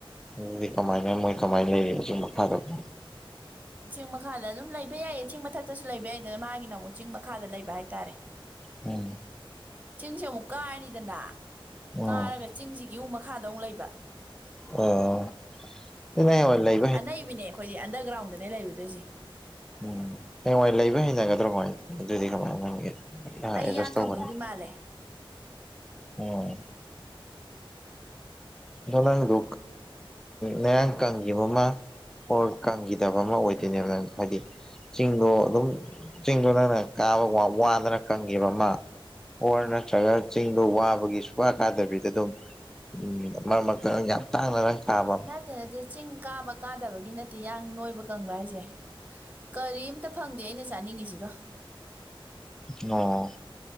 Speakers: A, in the centre; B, on the right.
A: ꯑꯗꯨꯗꯤ ꯀꯃꯥꯏꯅ ꯃꯣꯏ ꯀꯃꯥꯏꯅ ꯂꯩꯔꯤ ꯍꯨꯖꯤꯛ ꯃꯈ ꯐꯥꯗꯕꯣ꯫
B: ꯆꯤꯡ ꯃꯈꯥꯗ ꯑꯗꯨꯝ ꯂꯩꯕ ꯌꯥꯏꯌꯦ ꯆꯤꯡ ꯃꯊꯛꯇꯁꯨ ꯂꯩꯕ ꯌꯥꯏꯗꯅ ꯃꯥꯒꯤꯅ ꯑꯃꫭꯛ ꯆꯤꯡ ꯃꯈꯥꯗ ꯂꯩꯕ ꯍꯥꯏꯇꯥꯔꯦ꯫
A: ꯎꯝ꯫
B: ꯆꯤꯡꯁꯤ ꯑꯃꯨꯛ ꯀꯥꯏꯔꯤꯗꯅ
A: ꯑꯣ ꯑꯣ
B: ꯀꯥꯏꯔꯒ ꯆꯤꯡꯁꯤꯒꯤ ꯑꯃꯨꯛ ꯃꯈꯥꯗ ꯑꯃꯨꯛ ꯂꯩꯕ꯫
A: ꯑꯣ ꯏ ꯍ ꯂꯩ
B: ꯑꯅꯩꯕꯅꯦ ꯑꯩꯈꯣꯏꯗꯤ ꯑꯟꯗꯔꯒ꯭ꯔꯥꯎꯟꯗꯅꯦ ꯂꯩꯔꯨꯗꯣꯏꯁꯦ
A: ꯎꯝ ꯍꯌꯦꯡꯋꯥꯏ ꯂꯩꯕ ꯍꯩꯅꯒꯗ꯭ꯔꯣ ꯑꯗꯨꯗꯤ ꯀꯃꯥꯏꯅ ꯈꯪꯒꯦ꯫ ꯑꯦꯗꯖꯁ
B: ꯑꯩ ꯌꯥꯡ
A: ꯇꯧꯧꯕꯅꯤ
B: ꯀꯪꯗꯧꯗꯤ ꯃꯥꯜꯂꯦ
A: ꯎꯝ ꯑꯗ ꯅꯪꯗꯣ ꯅꯌꯥꯝ ꯀꯪꯉꯦ ꯃꯃꯥ ꯑꯣꯔ ꯀꯪꯈꯤꯗꯕ ꯑꯃ ꯑꯣꯏꯗꯣꯏꯅꯦꯕ ꯍꯥꯏꯗꯤ ꯆꯤꯡꯗꯣ ꯑꯗꯨꯝ ꯆꯤꯡꯗꯣ ꯅꯪꯅ ꯀꯥꯕ ꯋꯥꯗꯅ ꯀꯪꯈꯤꯕ ꯑꯃ꯫ ꯑꯣꯔ ꯅꯠꯇ꯭ꯔꯒ ꯆꯤꯡꯗ ꯋꯥꯕꯒꯤ ꯁꯨꯀ ꯀꯥꯗꯕꯤꯗ ꯑꯗꯨꯝ ꯎꯝ ꯃꯔꯛ ꯃꯔꯛꯇ ꯅꯪ ꯌꯥꯝ ꯇꯥꯡꯅ ꯇꯥꯕ
B: ꯀ ꯅꯠꯇ ꯆꯤꯡ ꯀꯥꯕ ꯀꯥꯗꯕꯒꯤ ꯅꯠꯇꯦ ꯌꯥꯡ ꯅꯣꯏꯕ ꯀꯪꯕ ꯍꯥꯏꯁꯦ ꯀꯔꯤꯝꯇ ꯐꯪꯗꯦ ꯑꯩꯅ ꯆꯥꯅꯤꯡꯉꯤꯁꯤꯒ
A: ꯅꯣꯑꯣ꯫